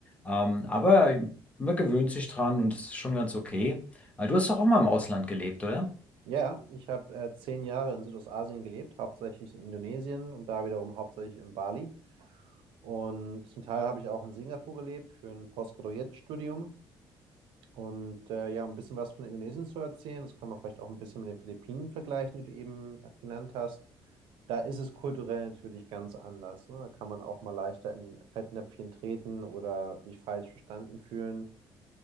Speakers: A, on the left; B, on the right.
A: ähm, aber man gewöhnt sich dran und es ist schon ganz okay. Äh, du hast doch auch mal im Ausland gelebt, oder?
B: Ja, ich habe äh, zehn Jahre in Südostasien gelebt, hauptsächlich in Indonesien und da wiederum hauptsächlich in Bali. Und zum Teil habe ich auch in Singapur gelebt für ein Postgraduiertstudium. Und äh, ja, um ein bisschen was von Indonesien zu erzählen, das kann man vielleicht auch ein bisschen mit den Philippinen vergleichen, die du eben äh, genannt hast. Da ist es kulturell natürlich ganz anders. Ne? Da kann man auch mal leichter in Fettnäpfchen treten oder sich falsch verstanden fühlen.